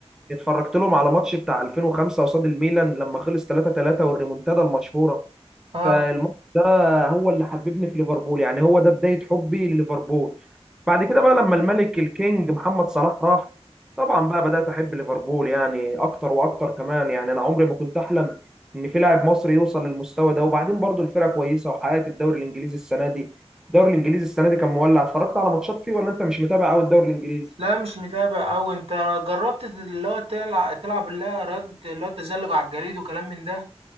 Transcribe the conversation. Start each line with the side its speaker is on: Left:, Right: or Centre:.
Centre: اتفرجت لهم على ماتش بتاع 2005 قصاد الميلان لما خلص 3-3 والريمونتادا المشهوره
Right: اه
Centre: فالماتش ده هو اللي حببني في ليفربول يعني هو ده بداية حبي لليفربول بعد كده بقى لما الملك الكينج محمد صلاح راح طبعا بقى بدأت أحب ليفربول يعني أكتر وأكتر كمان يعني أنا عمري ما كنت أحلم إن في لاعب مصري يوصل للمستوى ده وبعدين برضو الفرقة كويسة وحققت الدوري الإنجليزي السنة دي الدوري الإنجليزي السنة دي كان مولع اتفرجت على ماتشات فيه ولا أنت مش متابع أوي الدوري الإنجليزي؟
Right: لا مش متابع أوي أنت جربت اللي هو تلعب تلعب اللي هي رياضة اللي هو التزلج على الجليد وكلام من ده